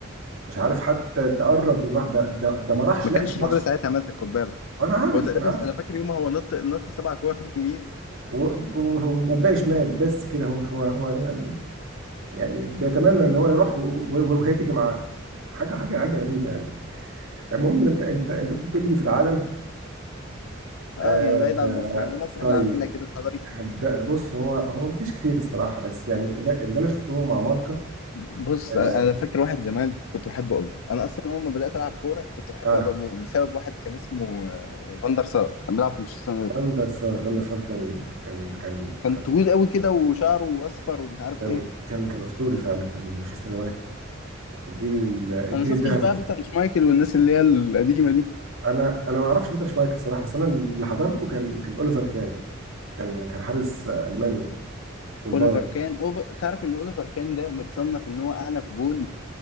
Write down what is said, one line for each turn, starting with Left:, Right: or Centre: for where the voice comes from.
Right: مش عارف حتى تقرب من واحده ده, ده ما راحش
Left: ما
Right: ناحيه
Left: كانش حضر
Right: واحده
Left: ساعتها ماسك خد بالك
Right: انا عارف
Left: هو تقريبا
Right: انا عارف
Left: انا فاكر يوم هو نط نط سبع كور <laughs> يمين
Right: و- و- وباقي شمال بس كده هو مش هو هو يعني يعني بيتمنى ان هو يروح و- و- وهي تيجي معاه حاجه حاجه حاجه غريبه يعني المهم انت انت انت كنت بتقول لي في العالم
Left: اه
Right: آه
Left: يعني بعيد عن
Right: آه،
Left: مصر يعني مصر
Right: طيب
Left: احنا عارفينها كده الحضري
Right: هبدأ بص هو هو مفيش كتير الصراحة بس يعني اللي اللي انا شفته مع مالكا
Left: بص
Right: اه,
Left: انا أنا فاكر واحد زمان كنت بحبه قوي انا اصلا اول ما بدات العب كوره كنت بحب
Right: آه
Left: ابقى جون بسبب واحد كان اسمه آه، فاندر سار كان بيلعب في مانشستر يونايتد
Right: فاندر سار فاندر سار كان كان كان
Left: كان
Right: كان
Left: طويل قوي كده وشعره اصفر ومش عارف
Right: كان
Left: ايه
Right: كان كان اسطوري فعلا كان مانشستر يونايتد الجيل ال- الجيل
Left: انا ما شفتش
Right: الذهبي
Left: بقى بيتر شمايكل والناس اللي هي القديمه دي
Right: انا انا ما اعرفش بيتر شمايكل الصراحة بس انا اللي حضرته كان كان اوليفر كان كان كان حارس آه، المانيا والبايرن
Left: اوليفر كان أوف... تعرف ان اوليفر كان ده متصنف ان هو اعنف جون